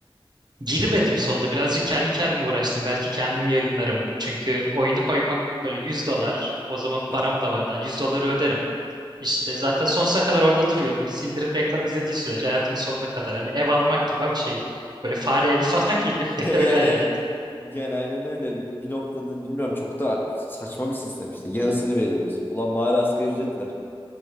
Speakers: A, on the right; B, on the left.
A: Girmedim sonunda. Birazcık kendi kendime uğraştım. Belki kendim yayınlarım. Çünkü oyunu koymak böyle 100 dolar. O zaman param
B: Aha.
A: da vardı. Yani 100 doları öderim. İşte zaten sonsuza kadar orada duruyor. Birisi indirip reklam izlediği sürece hayatımın sonuna kadar. Hani ev almak gibi ama şey böyle fare evi <laughs> falan gibi. <laughs>
B: Yani
A: Öyle hayal
B: evet.
A: et.
B: Yani aynen öyle. Bir, bir noktada bilmiyorum çok da saçma bir sistem işte. Yarısını veriyoruz. Ulan bari asgari ücret ver.